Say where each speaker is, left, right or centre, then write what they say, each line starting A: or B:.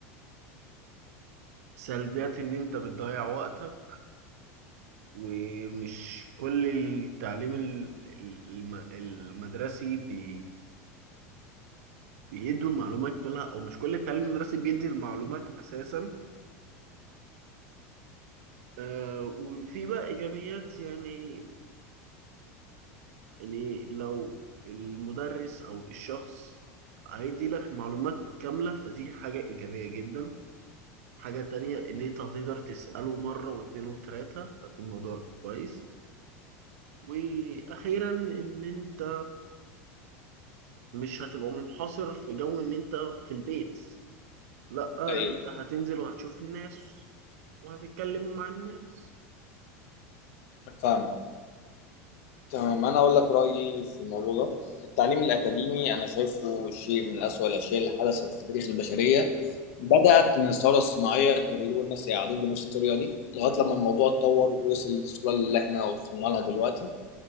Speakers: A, on the right; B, on the left.
A: سلبيات ان انت بتضيع وقتك ومش كل التعليم ال- ال- الم- المدرسي بي- بيدوا المعلومات كلها او مش كل التعليم المدرسي بيدي المعلومات اساسا آه، وفي بقى ايجابيات يعني يعني لو المدرس او الشخص هيدي لك معلومات كاملة فدي حاجة ايجابية جدا حاجة تانية ان انت هتقدر تسأله مرة واتنين وتلاتة فدي الموضوع كويس واخيرا ان انت مش هتبقى منحصر في جو ان انت في البيت لا
B: ايوه
A: انت هتنزل وهتشوف الناس وهتتكلم مع الناس
B: فاهم تمام انا اقول لك رايي في الموضوع ده التعليم الاكاديمي انا شايفه شيء من اسوأ الاشياء اللي حدثت في تاريخ البشريه بدات من الثوره الصناعيه كانوا بيجيبوا الناس يقعدون بنفس الطريقه دي لغايه لما الموضوع اتطور ووصل للصوره اللي احنا وصلنا لها دلوقتي